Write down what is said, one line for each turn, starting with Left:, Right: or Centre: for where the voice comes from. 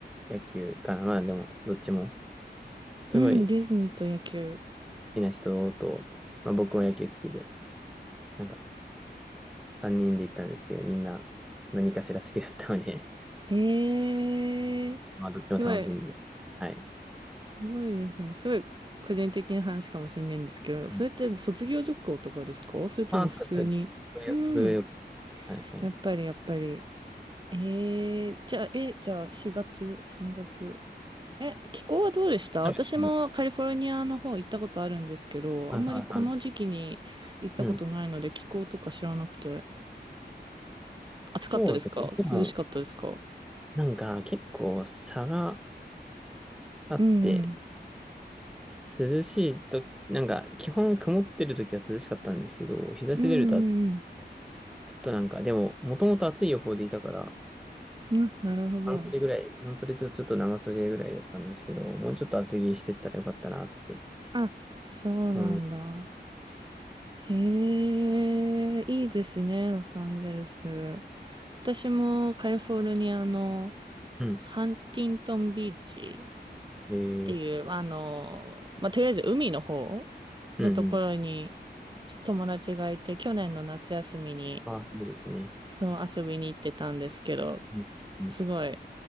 Centre: 野球かな、まあでもどっちも、すごい、
Right: うん、ディズニーと野球。
Centre: きな人と、まあ、僕は野球好きで、なんか3人で行ったんですけど、みんな何かしら好きだったので、
Right: へえ、
Centre: <laughs> まあどっちも楽しんで。
Right: すごい、
Centre: はい。
Right: すごいですね。すごい個人的な話かもしれないんですけど、それって卒業旅行とかですかそれとも普通に。
Centre: うん。あ、そうです。それが、
Right: うん。
Centre: それがよく。はいはい。
Right: やっぱり、やっぱり。えー、じゃあ、え、じゃあ、4月、3月、え、気候はどうでした私もカリフォルニアの方行ったことあるんですけど、
Centre: はいはいはいはい。
Right: あんまりこの時期に行ったことないので気候とか知らなくて。
Centre: うん。
Right: 暑かったですか涼しかったですか
Centre: そうですね。でも、なんか結構差があって、
Right: うんうん。
Centre: 涼しいと、なんか基本曇ってる時は涼しかったんですけど、日差し出ると暑い
Right: うんうんうん。
Centre: ちょっとなんか、でも、もともと暑い予報でいたから、
Right: うん、なるほど。
Centre: 半袖ぐらい、半袖とちょっと長袖ぐらいだったんですけど、もうちょっと厚着してったらよかったなって。
Right: あ、そうなんだ。
Centre: うん。
Right: へえ、いいですね、ロサンゼルス。私もカリフォルニアの
Centre: うん。
Right: ハンティントンビーチ
Centre: えー、
Right: っていう、まあの、まあ、とりあえず海の方
Centre: うんうん。
Right: のところに友達がいて、去年の夏休みに、
Centre: あ、いいですね。
Right: そう遊びに行ってたんですけど、
Centre: うん。うん。
Right: すごい、